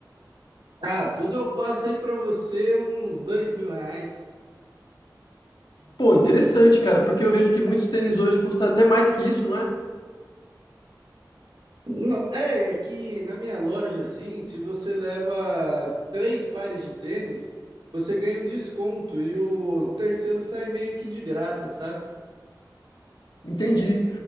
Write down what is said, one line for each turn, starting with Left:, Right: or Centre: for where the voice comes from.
Right: Ah, tudo eu faço aí pra você uns dois mil reais.
Left: Pô, interessante, cara, porque eu vejo que muitos tênis hoje custam até mais que isso, não é?
Right: Não, É, é que na minha loja, assim, se você leva três pares de tênis, você ganha um desconto e o terceiro sai meio que de graça, sabe?
Left: Entendi.